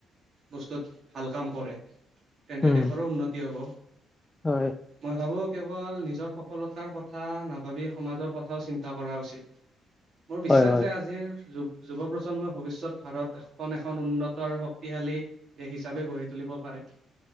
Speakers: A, on the right; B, on the left.
A: বস্তুত ভাল কাম কৰে। তেন্তে
B: উম,
A: দেশৰো উন্নতি হব।
B: হয়।
A: মই ভাবো কেৱল নিজৰ সফলতাৰ কথা নাভাবি সমাজৰ কথাও চিন্তা কৰা উচিত। মোৰ বিশ্বাস
B: হয়, হয়,
A: যে আজিৰ যুগত যুৱ প্ৰজন্মই ভৱিষ্যত ভাৰত এখন এখন উন্নত আৰু শক্তিশালী দেশ হিচাপে গঢ়ি তুলিব পাৰে। <inaudible>